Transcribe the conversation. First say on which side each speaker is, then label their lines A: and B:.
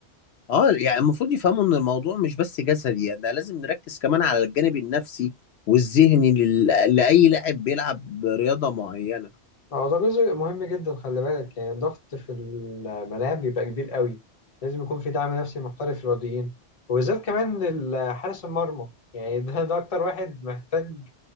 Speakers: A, on the left; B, on the left.
A: اه يعني المفروض يفهموا ان الموضوع مش بس جسدي يعني ده لازم نركز كمان على الجانب النفسي والذهني لل... لأي لاعب بيلعب رياضة معينة
B: هو ده جزء مهم جدا خلي بالك يعني الضغط في الملاعب بيبقى كبير قوي لازم يكون في دعم نفسي محترف للرياضيين وبالذات كمان ال- حارس المرمى يعني ده, ده أكتر واحد محتاج